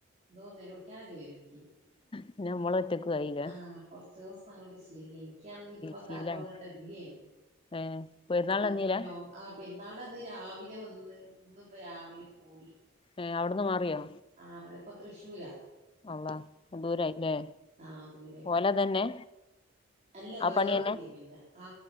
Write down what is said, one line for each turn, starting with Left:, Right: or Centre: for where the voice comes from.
Right: എന്തൊ നിലവിളിക്കാനൊക്കെ വരുംഎനിക്ക്-
Left: പിന്നെ നമ്മള് ഒറ്റക്ക് ആയില്ലേ
Right: ആഹ് കൊറച്ച ദിവസം അങ്ങോട്ട് ശീലായ് എനിക്കാണെങ്കി ഇപ്പൊ
Left: ശീലായി
Right: കാക്ക ഇവിടട്ടല്ലനും
Left: ഏഹ് പെരുന്നാളിനന്നീലാ
Right: അ നോ ആ ഇന്നാളതിരാവിലെ വന്ന് ഇന്ന് ഇപ്പ രാവിലെ പോയി
Left: ഏഹ് അവിടുന്ന് മാറിയോ
Right: ആറ് ഇപ്പ തൃശ്ശൂര-
Left: അള്ളാ ദൂരയില്ലേ
Right: ആഹ് ദൂരെ
Left: പോലെ തന്നെ
Right: അല്ല
Left: ആ
Right: വേറൊരു
Left: പണിയന്നെ
Right: ടീമിന്റെ ആ